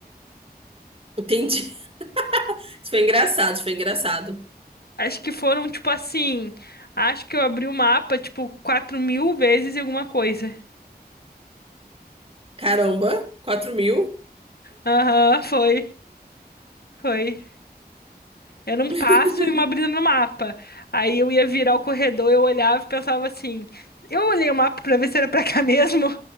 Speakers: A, on the right; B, on the left.
A: Entendi. Isso foi engraçado, isso foi engraçado.
B: Acho que foram, tipo assim. Acho que eu abri o mapa, tipo, quatro mil vezes e alguma coisa.
A: Caramba, quatro mil?
B: Aham, foi. Foi. Era um
A: <laughs>
B: passo e uma abrida no mapa. Aí eu ia virar o corredor, eu olhava e pensava assim: eu olhei o mapa pra ver se era pra cá <laughs> mesmo.